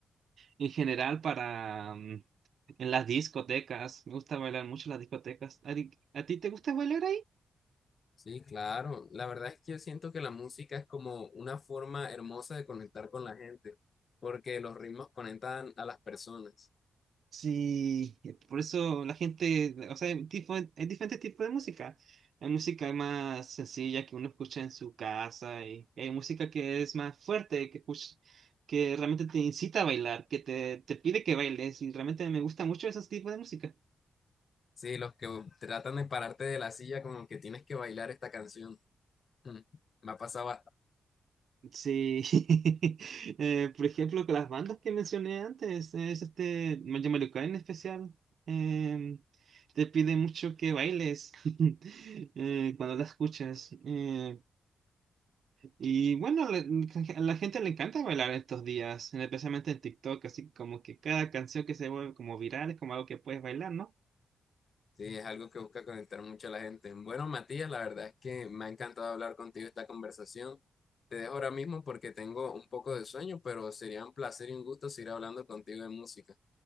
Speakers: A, on the right; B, on the left.
A: en general, para mm, en las discotecas. Me gusta bailar mucho en las discotecas. ¿A ti, a ti te gusta bailar
B: Sí, claro. La verdad es que yo siento que la música es como una forma hermosa de conectar con la gente, porque los ritmos conectan a las personas.
A: Sí, eh, por eso la gente, o sea, hay, tipo- hay diferentes tipos de música. Hay música más sencilla que uno escucha en su casa y hay música que es más fuerte, que escuch- que realmente te incita a bailar, que te, te pide que bailes y realmente me gusta mucho ese tipo de música.
B: Sí, los que tratan de pararte de la silla como que tienes que bailar esta canción. Mm, Me ha pasado
A: Sí, <laughs> Eh, por ejemplo, con las bandas que mencioné antes, es este Mayo Mario Kart en especial, eh, te pide mucho que bailes <laughs> eh, cuando la escuchas. eh, y bueno, la- a la gente le encanta bailar estos días, especialmente en TikTok, así como que cada canción que se vuelve como viral es como algo que puedes bailar, ¿no?
B: Sí, es algo que busca conectar mucho a la gente. Bueno, Matías, la verdad es que me ha encantado hablar contigo esta conversación. Te dejo ahora mismo porque tengo un poco de sueño, pero sería un placer y un gusto seguir hablando contigo de música.